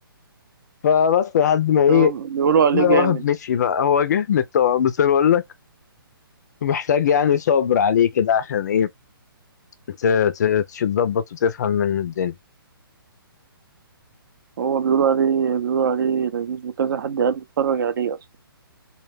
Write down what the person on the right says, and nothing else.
هو بيقولوا عليه
جامد
هو بيقولوا عليه بيقولوا عليه لذيذ وكذا حد قال لي اتفرج عليه اصلا